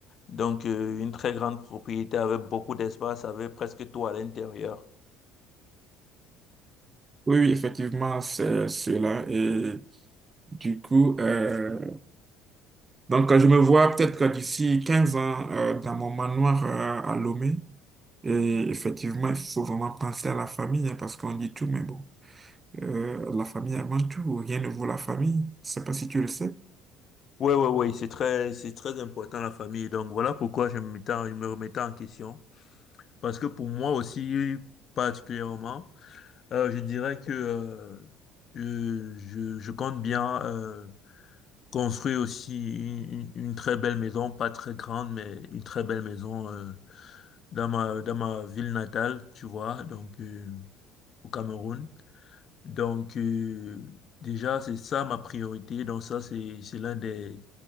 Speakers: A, on the left (about 50°); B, on the right (about 25°).
A: Donc, euh, une très grande propriété avec beaucoup d'espace, avec presque tout à l'intérieur.
B: Oui, oui, effectivement, c'est cela. Et du coup, euh, donc je me vois peut-être que d'ici 15 ans euh, dans mon manoir euh, à Lomé. Et effectivement, il faut vraiment penser à la famille, hein, parce qu'on dit tout, mais bon, euh, la famille avant tout, rien ne vaut la famille. Je ne sais pas si tu le sais.
A: Oui, oui, oui, c'est très, c'est très important la famille. Donc, voilà pourquoi je me mettais, en- je me remettais en question. Parce que pour moi aussi, particulièrement, euh, je dirais que euh, je, je, je compte bien. euh, construit aussi une, une- une très belle maison, pas très grande, mais une très belle maison euh, dans ma, dans ma ville natale, tu vois, donc euh, au Cameroun. Donc euh, déjà, c'est ça ma priorité. Donc ça, c'est, c'est l'un des,